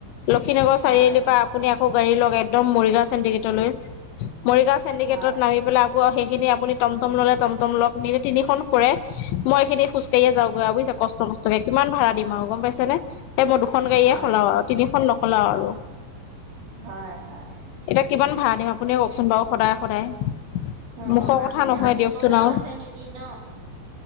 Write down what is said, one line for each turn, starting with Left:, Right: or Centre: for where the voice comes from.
Left: লক্ষীনগৰ চাৰিআলিৰ
Right: হয়
Left: পৰা আপুনি আকৌ গাড়ী লক একদম মৰিগাওঁ চেন্টিগেটলৈ, মৰিগাওঁ চেন্টিগেটত
Right: হয়
Left: নামি পেলাই আকৌ সেইখিনি আপুনি টম-টম ল'লে টম-টম লওঁক, নিনি তিনিখন ফুৰে। মই এইখিনি খোজকাঢ়িয়ে যাওঁগৈ আৰু বুজিছ, কষ্ট মষ্টকে, কিমান ভাড়া দিম আৰু গম পাইছ নে। এই মই দুখন গাড়ীয়ে
Right: হয়
Left: সলাও আৰু তিনিখন নখলাও আৰু।
Right: হয়, হয়।
Left: এতিয়া কিমান ভাড়া দিম? আপুনিয়ে কওকচোন বাৰু সদায়, সদায়।
Right: অ,
Left: মুখৰ কথা
Right: আপুনি
Left: নহয়
Right: অলপ
Left: দিয়কচোন
Right: চিকতাও
Left: আৰু
Right: আছে নেকি, ন?